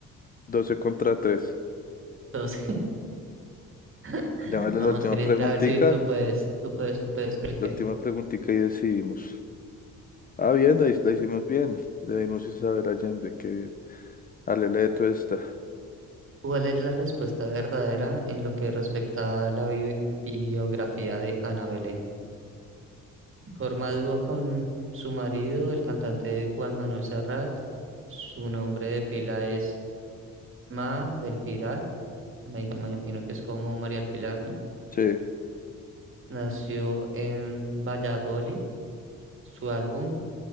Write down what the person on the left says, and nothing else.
12 contra 3.
Démosle
la última
preguntica.
La
última preguntica y decidimos. Ah, bien, la, hi- la hicimos bien. Le dimos Isabel Allende, qué bien. Alele Tuesta.
Sí,